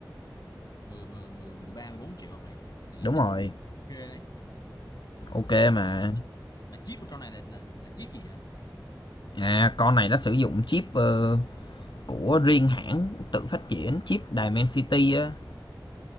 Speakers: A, on the left (about 55°); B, on the left (about 80°).
A: 10, 10, 10, 13, 14 triệu mà mày Tôi nghĩ
B: đúng
A: chắc
B: rồi
A: Tũng ok ấy
B: ok mà
A: mà, mà, mà chip của con này là, là, là chip gì vậy?
B: À, con này nó sử dụng chip, ờ, của riêng hãng tự phát triển, chip Dimensity á,